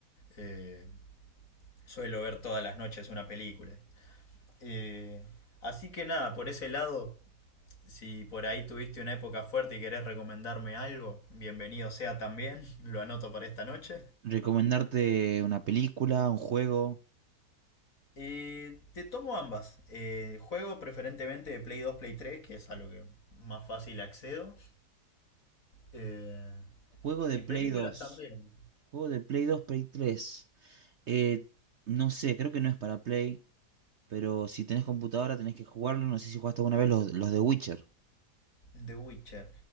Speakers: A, on the left (about 55°); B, on the right (about 55°).
A: eh, suelo ver todas las noches una película. Eh, así que nada, por ese lado, si por ahí tuviste una época fuerte y querés recomendarme algo, bienvenido sea también, <laughs> lo anoto para esta noche.
B: Recomendarte una película, un juego,
A: Eh, te tomo ambas. Eh, juego preferentemente de Play 2, Play 3, que es a lo que más fácil accedo. Eh,
B: juego de
A: y
B: Play
A: películas
B: dos
A: también.
B: juego de Play dos Play tres Eh, no sé, creo que no es para Play, pero si tenés computadora tenés que jugarlo, no sé si jugaste alguna vez los, los de Witcher.
A: The Witcher.